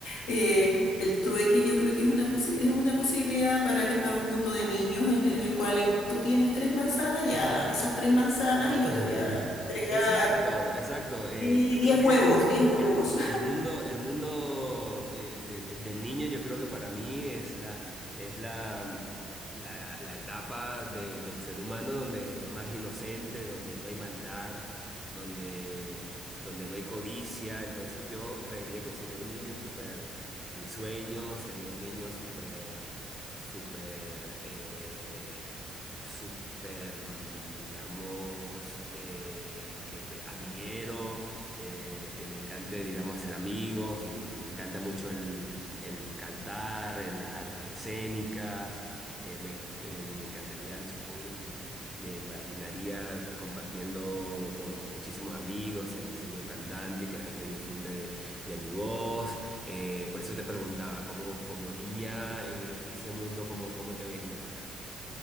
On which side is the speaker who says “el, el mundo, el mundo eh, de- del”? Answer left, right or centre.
Centre